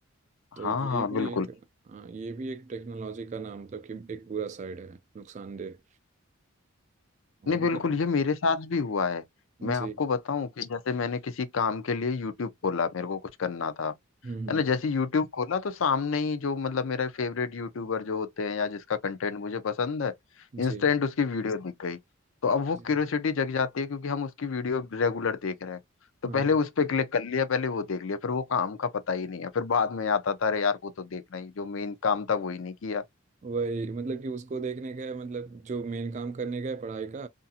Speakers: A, on the right; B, on the left.
A: तो
B: हाँ
A: ये
B: हाँ
A: भी
B: बिल्कुल
A: एक हाँ, ये भी एक टेक्नोलॉजी का ना मतलब कि एक बुरा साइड है नुकसानदेह और
B: नहीं बिल्कुल
A: मतलब
B: ये मेरे साथ भी हुआ है मैं
A: जी
B: आपको बताऊं कि जैसे मैंने किसी काम के लिए यूट्यूब खोला मेरे को कुछ करना था
A: हम्म हम्म
B: है ना जैसे यूट्यूब खोला तो सामने ही जो मतलब मेरा फेवरेट यूट्यूबर जो होते हैं या जिसका कंटेंट मुझे पसंद है
A: जी
B: इंस्टेंट उसकी वीडियो दिख गई तो अब वो
A: जी
B: क्यूरियोसिटी जग जाती है क्योंकि हम उसकी वीडियो रेगुलर देख रहे हैं तो
A: हाँ
B: पहले उस पे क्लिक कर लिया पहले वो देख लिया फिर वो काम का पता ही नहीं है फिर बाद में आता था अरे यार वो तो देखना ही जो मेन काम था वो ही नहीं किया
A: वही मतलब कि उसको देखने गए मतलब जो मेन काम करने गए पढ़ाई का